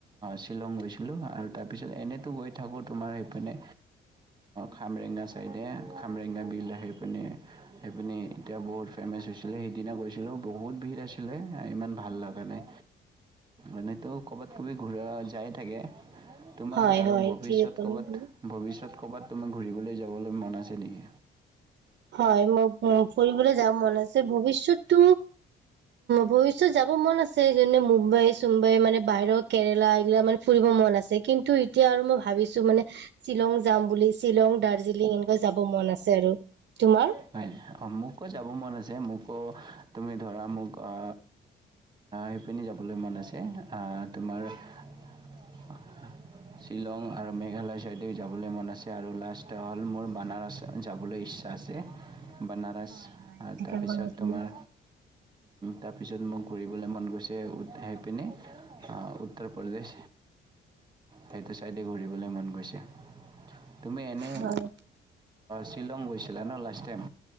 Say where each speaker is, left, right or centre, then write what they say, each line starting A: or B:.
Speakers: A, on the right; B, on the right.
A: শ্বিলং গৈছিলোঁ আৰু তাৰপিছত এনেইতো গৈ থাকোঁ তোমাৰ সেইপিনে, খামৰেংঙা চাইডে খামৰেঙা বিলৰ সেইপিনে, সেইপিনি এতিয়া বহুত ফেমাচ হৈছিলে। সেইদিনা গৈছিলোঁ বহুত ভিত আছিলে ইমান ভাল লগা নাই। এনেতো ক'বাত ক'বাত ঘূৰা যায় থাকে। তোমাক
B: হয়
A: আৰু
B: হয়
A: ভৱিষ্যত
B: ঠিকে ক'লা
A: ক'ৰবাত
B: তুমি
A: ভৱিষ্যত ক'ৰবাত তুমি ঘূৰিবলৈ যাবলৈ মন আছে নেকি?
B: হয় মই উ ফুৰিবলৈ যাম মন আছে ভৱিষ্যতটো, পিছত যাব মন আছে, এইজনে মুম্বাই-চুম্বাই মানে বাহিৰত। কেৰেলা এইগিলা মানে ফুৰিব মন আছে। কিন্তু এতিয়া আৰু মই ভাবিছো মানে শ্বিলং যাম বুলি শ্বিলং, দাৰ্জিলিং এনেকা যাব মন আছে আৰু। তোমাৰ?
A: হয় অ মোকো যাব মন আছে, মোকো তুমি ধৰা মোক অ, এই পিনি যাবলৈ মন আছে, তোমাৰ <unintelligible> শ্বিলং আৰু মেঘালয় ছাইদে যাবলৈ মন আছে, আৰু লাষ্ট হ'ল মোৰ বানাৰস যাবলৈ ইচ্ছা আছে বনাৰস
B: হয় হয়
A: আৰু
B: ঠিকে
A: তাৰপিছত
B: ক'লা তুমি
A: তোমাৰ তাৰপিছত মোক ঘূৰিবলৈ মন গৈছে উধাই পিনে- উত্তৰ প্ৰদেশ সেইটো ছাইডে ঘূৰিবলৈ মন গৈছে। তুমি এনেই
B: হয়
A: শ্বিলং গৈছিলা ন লাষ্ট টাইম?